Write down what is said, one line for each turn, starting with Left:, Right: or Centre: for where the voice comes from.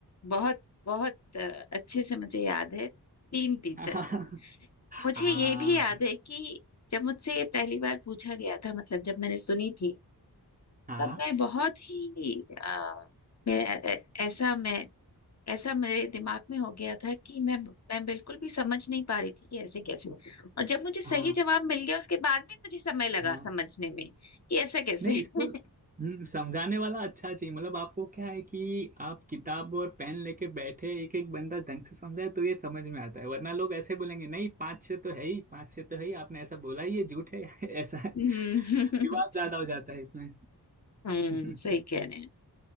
Left: बहुत बहुत अ, अच्छे से मुझे याद है तीन तीतर
Right: <laughs> हाँ
Left: मुझे ये भी याद है कि जब मुझसे ये पहली बार पूछा गया था मतलब जब मैंने सुनी थी
Right: हाँ
Left: तब मैं बहुत ही आ, मैं ऐ- ऐ- ऐसा मैं ऐसा मेरे दिमाग में हो गया था कि मैं मैं बिल्कुल भी समझ नहीं पा रही थी कि ऐसे कैसे और जब मुझे सही
Right: हाँ
Left: जवाब मिल गया उसके बाद भी मुझे समय लगा
Right: हाँ।
Left: समझने में कि ऐसा कैसे
Right: नहीं इसको
Left: <laughs>
Right: हम्म, समझाने वाला अच्छा चाहिए मतलब आपको क्या है कि आप किताब और पेन लेके बैठे एक एक बंदा ढंग से समझाए तो ये समझ में आता है वरना लोग ऐसे बोलेंगे नहीं पाँच छः तो है ही पाँच छः तो है ही आपने ऐसा बोला ही ये झूठ है <laughs> ऐसा
Left: हम्म
Right: विवाद ज्यादा हो जाता है इसमें
Left: <laughs> हम्म,
Right: <laughs>
Left: सही कह रहे हैं